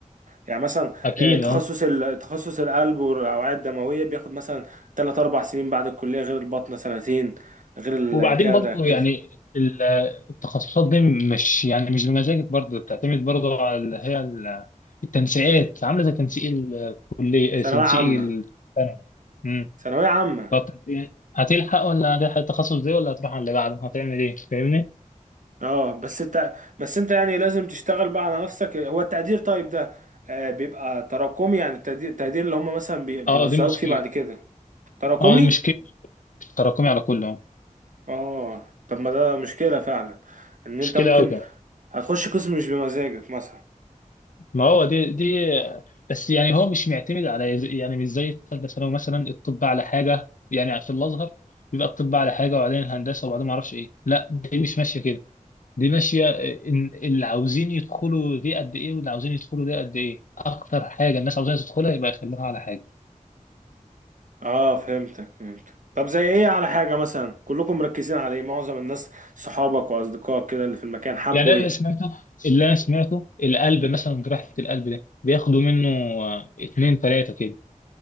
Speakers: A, on the right; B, on the left.
A: يعني مثلا
B: اكيد
A: آه، تخصص
B: اه
A: ال- تخصص القلب والاوعية الدموية بياخد مثلا 3 4 سنين بعد الكلية غير البطنة سنتين غير ال-
B: وبعدين
A: كذا
B: برضه
A: كذا
B: يعني ال- التخصصات دي مش يعني مش بمزاجك برضه بتعتمد برضه على ال- هي ال- التنسيقات عامله زي تنسيق الكليه
A: ثانوية
B: تنسيق
A: عامة
B: الثانوي
A: ثانوية عامة
B: فترة ايه هتلحق ولا هتلحق التخصص دي ولا هتروح على اللي بعده هتعمل ايه فاهمني
A: اه بس انت بس انت يعني لازم تشتغل بقى على نفسك هو التقدير طيب ده آه، بيبقى تراكمي يعني التقدير التقدير اللي هم مثلا بي- بيوزعوك
B: اه دي مشكلة
A: فيه بعد كده تراكمي
B: اه دي مشكلة تراكمي على كله
A: اه طب ما ده مشكلة فعلا ان انت
B: مشكلة
A: ممكن
B: قوي كمان
A: هتخش قسم مش بمزاجك مثلا
B: ما هو دي دي بس يعني هو مش معتمد على ز- يعني مش زي الثالثة ثانوي مثلا الطب على حاجة يعني في الأزهر بيبقى الطب على حاجة وبعدين الهندسة وبعدين ما اعرفش ايه لا دي مش ماشية كده دي ماشية إن اللي عاوزين يدخلوا دي قد ايه واللي عاوزين يدخلوا دي قد ايه اكتر حاجة الناس عاوزين تدخلها يبقى يخلوها على حاجة
A: اه فهمتك فهمتك طب زي ايه على حاجة مثلا كلكم مركزين على ايه معظم الناس صحابك واصدقائك كده اللي في المكان حبوا
B: يعني أنا
A: ايه
B: اللي سمعته اللي أنا سمعته القلب مثلا جراحة القلب ده بياخدوا منه آه، اتنين تلاتة كده